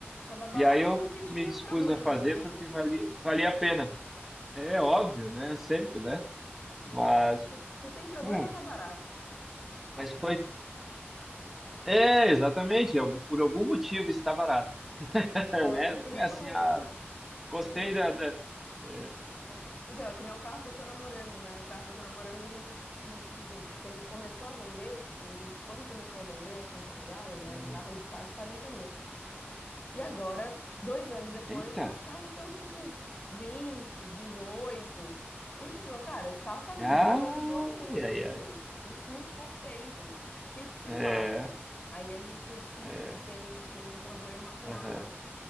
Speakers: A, on the left (about 35°); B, in the centre.
A: Tava barato
B: E aí eu
A: porque tinha
B: me dispus
A: problema,
B: a fazer
A: né?
B: porque valia, valia a pena. É óbvio, né, sempre, né?
A: Se,
B: Mas,
A: se, se tem problema,
B: hum,
A: tá barato.
B: mas foi, é, exatamente, algum- por algum motivo está barata, <laughs>
A: É,
B: né?
A: é que
B: Não
A: nem
B: é assim,
A: o.
B: ah, gostei
A: É que,
B: da, da- é,
A: é- então, é que nem o carro que eu tô namorando, né? O carro que eu tô namorando, a gente descobriu, tipo assim, porque ele começou a vender, ele, quando começou a vender aqui em Portugal, ele era
B: hum,
A: um carro de quase 40 mil. E agora, dois anos depois,
B: eita,
A: os carros estão tipo 20, 18. E a gente falou, cara, esse carro tá, desvalorizou
B: ai,
A: muito,
B: ai, ai,
A: em muito pouco tempo. O que que se
B: é,
A: passa? Aí a gente foi descobrir
B: é,
A: que tem, tem um problema com
B: aham.
A: a.